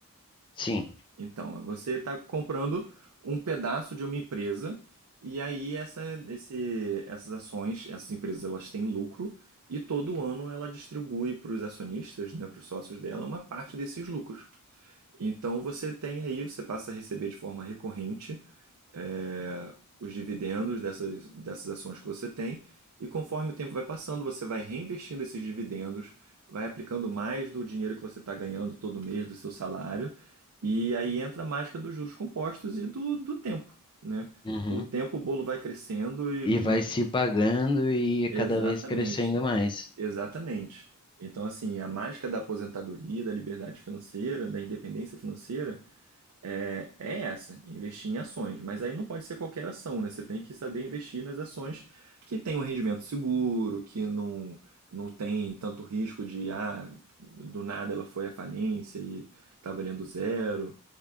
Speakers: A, on the left; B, on the right.
A: Sim.
B: Então, você está comprando um pedaço de uma empresa e aí essa, esse, essas ações, essas empresas, elas têm lucro e todo ano ela distribui para os acionistas, né, para os sócios dela, uma parte desses lucros. Então você tem aí, você passa a receber de forma recorrente é, os dividendos dessas, dessas ações que você tem, e conforme o tempo vai passando, você vai reinvestindo esses dividendos, vai aplicando mais do dinheiro que você está ganhando todo mês do seu salário, e aí entra a mágica dos juros compostos e do, do tempo, né?
A: Uhum.
B: Com o tempo o bolo vai crescendo e,
A: E vai se
B: e-
A: pagando e
B: Exatamente,
A: cada vez crescendo mais.
B: exatamente. Então, assim, a mágica da aposentadoria, da liberdade financeira, da independência financeira, é, é essa, investir em ações. Mas aí não pode ser qualquer ação, né? Você tem que saber investir nas ações que tem um rendimento seguro, que não, não tem tanto risco de, ah, do nada ela foi à falência e tá valendo zero.